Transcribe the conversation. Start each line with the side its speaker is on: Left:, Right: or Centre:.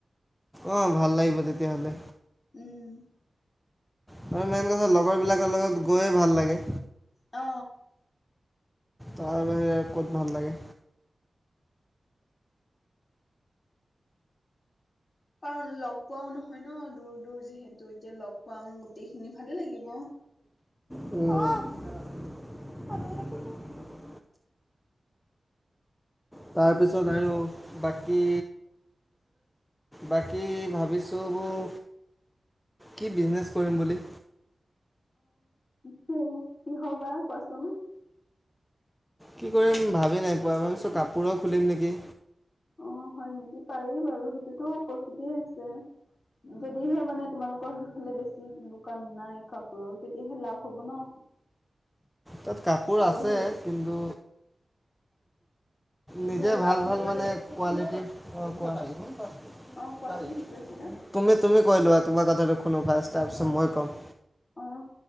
Centre: অ ভাল লাগিব তেতিয়া হ'লে।
Left: উম।
Centre: আৰু মেইন কথা লগৰ বিলাকৰ লগত গৈয়ে ভাল লাগে।
Left: অ।
Centre: তাৰ বাহিৰে ক'ত ভাল লাগে।
Left: কাৰণ লগ পোৱাও নহয় ন, দূৰ দূৰ যিহেতু এতিয়া লগ পাম গোটেইখিনি ভালেই লাগিব।
Centre: উ। তাৰপিছত আৰু বাকী। বাকী ভাবিছোঁ বও কি বিজনেচ কৰিম বুলি।
Left: ইটো কি হয় বাৰু কোৱাচোন?
Centre: কি কৰিম ভাবি নাই পোৱা ভাবিছোঁ কাপোৰৰ খুলিম নেকি?
Left: অ হয় নেকি পাৰি বাৰু সেইটোতো পৰিখিতে হৈছে। যদিহে মানে তোমালোকৰ সেইফালে বেছি দোকান নাই কাপোৰ তেতিয়াহে লাভ হ'ব ন।
Centre: তাত কাপোৰ আছে
Left: আৰু ধৰি
Centre: কিন্তু নিজে
Left: ধৰি লোৱা
Centre: ভাল
Left: এনেকুৱা
Centre: ভাল মানে
Left: এটা
Centre: কোৱালিটি কোৱা কোৱা
Left: অ কোৱাচোন কি কৈছিলা?
Centre: তুমি তুমি কৈ লোৱা তোমাৰ কথাটো শুনো ফাৰ্ষ্ট তাৰ তাৰ পাছত ম ই কম।
Left: অ',